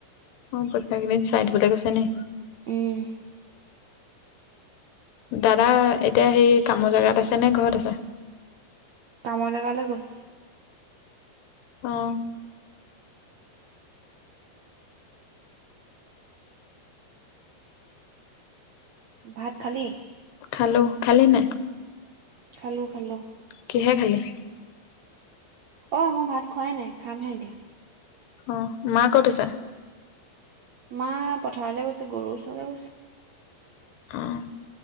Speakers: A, on the left; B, on the right.
A: অ পৰীক্ষা কেইদিন চাই দিবলৈ কৈছে নি?
B: উম
A: দাদা এতিয়া সেই কামৰ জেগাত আছে নে ঘৰত আছে?
B: কামৰ জেগা লে গল।
A: অহ
B: ভাত খালি
A: খালো। খালি নাই?
B: খালো- খালো।
A: কিহে খালি?
B: অহ, মই ভাত খোৱাই নাই খামহে এতিয়া।
A: অহ, মা কত আছে?
B: মা পথাৰলৈ গৈছে গৰুৰ ওচৰলৈ গৈছে।
A: অহ,